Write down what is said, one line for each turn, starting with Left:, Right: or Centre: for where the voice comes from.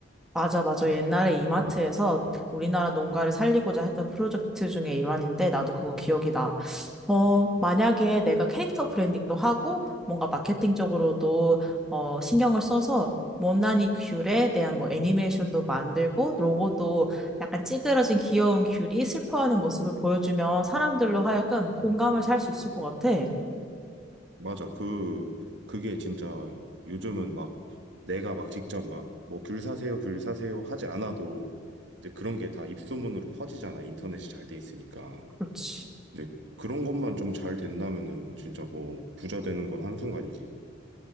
Centre: 맞아, 맞아. 옛날에 이마트에서
Right: 음.
Centre: 우리나라 농가를
Right: 음.
Centre: 살리고자 했던 프로젝트 중에 일환인데 나도 그거 기억이 나. 어,
Right: 음.
Centre: 만약에 내가 캐릭터 브랜딩도 하고 뭔가 마케팅적으로도 어, 신경을 써서 못난이 귤에 대한 뭐 애니메이션도 만들고 로고도 약간 찌그러진 귀여운 귤이 슬퍼하는 모습을 보여주면 사람들로 하여금 공감을
Right: 음.
Centre: 살 수 있을 것 같아.
Right: 맞아. 그, 그게 진짜 요즘은 막 내가 막 직접 막 뭐 귤 사세요, 귤 사세요 하지 않아도 이제 그런 게 다 입소문으로 퍼지잖아. 인터넷이 잘 돼 있으니까.
Centre: 그렇지.
Right: 이제 그런 것만 좀 잘 된다면은 진짜 뭐 부자 되는 건 한순간이지.